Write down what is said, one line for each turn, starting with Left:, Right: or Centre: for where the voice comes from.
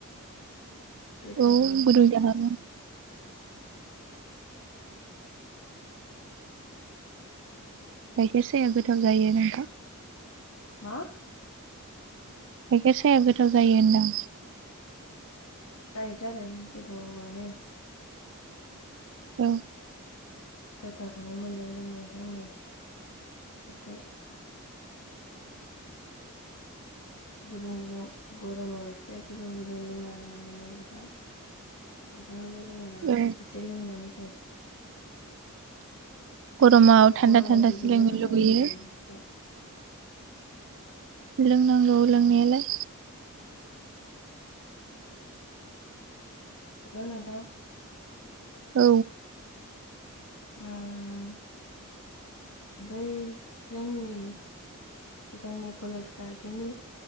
Left: गोथावथार
Right: औ गुदुं जाखागोन। गाइखेर साया गोथाव जायो नोंथां।
Left: मा?
Right: गाइखेर साया गोथाव जायो होनदां।
Left: जायोथ' आरो गोथावआनो।
Right: औ
Left: गोथावखौनो मोनलोंदों नोंथां नै एसे। गुदुं गुदुं गरमाव एसे गुदुं गुदुं लोंना होनांगौमोन नोंथां। नोंथाङाबो लोङो नामा
Right: औ
Left: एसे लोंनानै हो।
Right: गरमाव थान्दा
Left: गरमाव
Right: थान्दासो
Left: गुदुंबो
Right: लोंनो
Left: लोंनांगौनो
Right: लुुबैयो।
Left: एसे
Right: लोंनांगौ लोंनायालाय।
Left: हेलौ नोंथां।
Right: औ।
Left: उम बै जोंनि सिगांनि कलेज खाथिनि